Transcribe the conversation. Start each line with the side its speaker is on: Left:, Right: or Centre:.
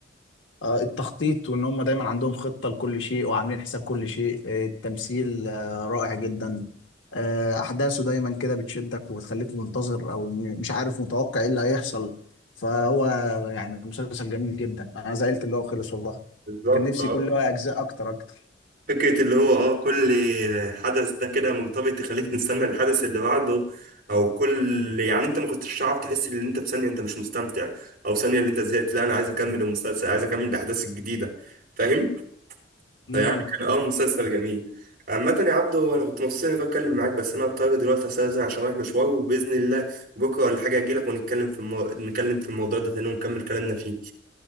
Left: آه، التخطيط وان هم دايما عندهم خطه لكل شيء وعاملين حساب كل شيء آه، التمثيل آه، رائع جدا آه، احداثه دايما كده بتشدك وبتخليك منتظر او م- مش عارف متوقع ايه اللي هيحصل فهو يعني مسلسل جميل جدا انا زعلت اللي هو خلص والله
Right: بالظبط
Left: كان نفسي يكون له اجزاء اكتر اكتر
Right: فكرة اللي هو اه كل حدث ده كده مرتبط تخليك نستنى الحدث اللي بعده او كل يعني انت ما كنتش تعرف تحس ان انت في ثانية انت مش مستمتع او ثانية اللي انت زهقت لا انا عايز اكمل المسلسل عايز اكمل الاحداث الجديدة فاهم؟
Left: امم
Right: فيعني كان اه مسلسل جميل عامة يا عبدو انا كنت مبسوط اني بتكلم معاك بس انا هضطر دلوقتي استاذن عشان رايح مشوار وباذن الله بكرة ولا حاجة اجيلك ونتكلم في المو... نتكلم في الموضوع ده تاني ونكمل كلامنا فيه